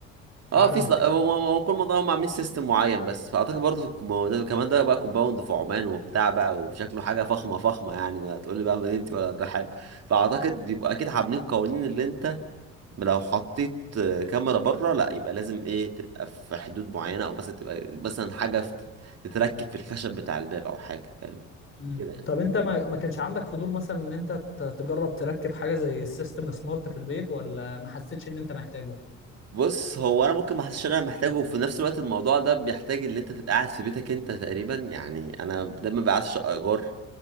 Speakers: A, on the right; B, on the left.
A: اه
B: في عالم
A: آه، في سلا...
B: تاني
A: هو هو- هو كل منطقه هم عاملين سيستم معين بس فاعتقد برضه في الكومباوندات وكمان ده بقى كومباوند في عمان وبتاع بقى وشكله حاجه فخمه فخمه يعني ما تقول لي بقى مدينتي ولا الرحاب فاعتقد بيبقى اكيد عاملين قوانين اللي انت لو حطيت كاميرا بره لا يبقى لازم ايه تبقى في حدود معينة او مثلا تبقى مثلا حاجة في- تتركب في الخشب بتاع الباب او حاجة فاهم
B: مم.
A: كده يعني
B: طب انت ما ما كانش عندك فضول مثلا ان انت ت- تجرب تركب حاجة زي السيستم سمارت في البيت ولا ما حسيتش ان انت محتاجه؟
A: بص هو انا ممكن ما حسش ان انا محتاجه وفي نفس الوقت الموضوع ده بيحتاج ان انت تبقى قاعد في بيتك انت تقريبا يعني انا دايما بقى قاعد في شقه ايجار